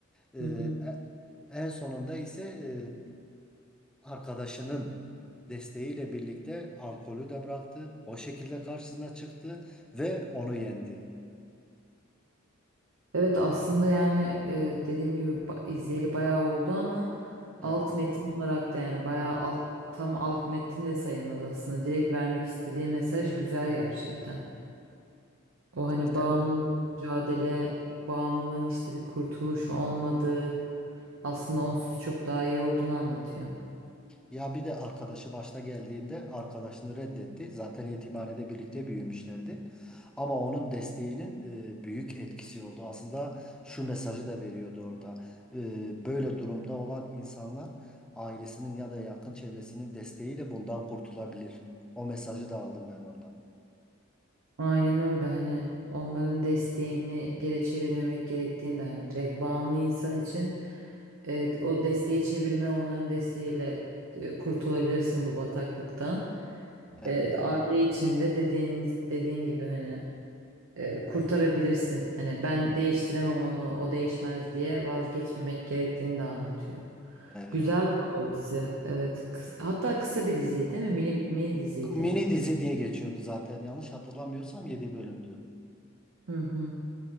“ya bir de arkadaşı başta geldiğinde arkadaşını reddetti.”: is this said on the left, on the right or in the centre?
Centre